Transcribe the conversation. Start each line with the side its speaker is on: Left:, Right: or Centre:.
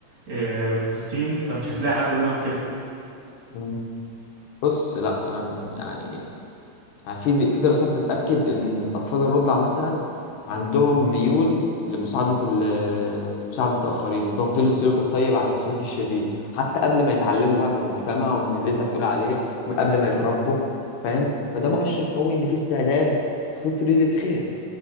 Right: آه، فلسطين فمش هتلاقي حد منهم كده
Left: مم. بص لا انا م- يعني يعني في في دراسات بتأكد إن الأطفال الرضع مثلا عندهم ميول لمساعدة ال- مساعدة الآخرين وتفضيل السلوك الطيب عن السلوك الشرير حتى قبل ما يتعلموا بقى من المجتمع ومن اللي أنت بتقول عليه ومن قبل ما يتربوا فاهم فده مؤشر قوي إن في استعداد فطري للخير